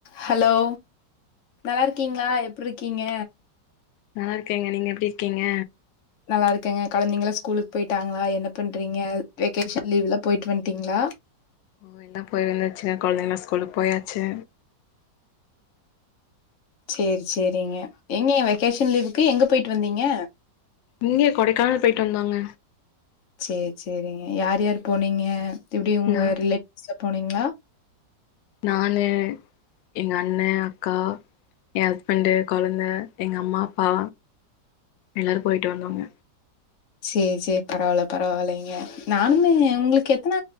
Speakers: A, on the left (about 55°); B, on the left (about 90°).
A: hello நல்லா இருக்கீங்களா எப்ரு இருக்கீங்க
B: நல்லா இருக்கேங்க நீங்க எப்டி இருக்கீங்க
A: நல்லா இருக்கங்க கொழந்தைங்கள ஸ்கூலுக்கு போய்ட்டாங்களா என்ன பண்றீங்க வெகேஷன் லீவ்லா போய்ட்டு வந்ட்டீங்களா
B: ஓ எல்லா போய் வந்துச்சுங்க கெழந்தைங்கா ஸ்கூலு போயாச்சு
A: சேரி சேரிங்க எங்க வெகேஷன் லீவுக்கு எங்க போய்ட்டு வந்தீங்க
B: இங்கே கொடைக்கானல் போய்ட்டு வந்தாங்க
A: சேரி சேரிங்க யார் யார் போனீங்க எப்டி உங்க
B: நா
A: ரிலேட்டிவ்ஸ்ல போனீங்களா
B: நானு எங்க அண்ணே அக்கா ஏ ஹஸ்பண்டு கொழந்த எங்க அம்மா அப்பா எல்லாரு போய்ட்டு வந்தோங்க
A: சேரி சேரி பரவால்ல பரவால்லைங்க நானுமே உங்களுக்கு எத்தன